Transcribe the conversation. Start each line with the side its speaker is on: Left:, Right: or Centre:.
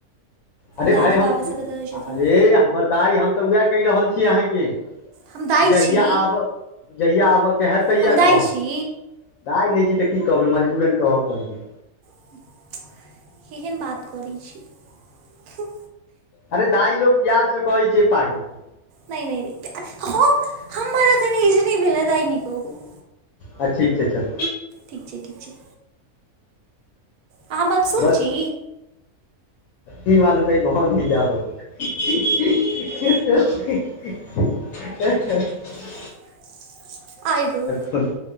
Left: अरे भााय
Right: दादी
Left: हम
Right: बाबा सब एतऽ रहै छथिन
Left: अरे हमर दाइ हम तऽ उएह कहि रहल छीय अहाँके।
Right: हम दाइ
Left: जहिया
Right: छी
Left: आबऽ जहिया आबयके हएैत तहिया
Right: हम दाइ
Left: कहब।
Right: छी
Left: दइ नहि छै तऽ की कहबै मजबूरन कहऽ पड़ै।
Right: <unintelligible> एहन बात करैत छी हू
Left: अरे दाइ लोग प्यारसँ कहैत छै पागलके
Right: नहि नहि त हम हमरा कनि इज नहि भेलै दाइ नो कहबो।
Left: आ ठीक छै चल
Right: ठीक छै, ठीक छै। अहाँ मत सुन
Left: बस
Right: छी।
Left: की मालू कै ब न जा हो। <unintelligible>
Right: <unintelligible> आइ द
Left: खून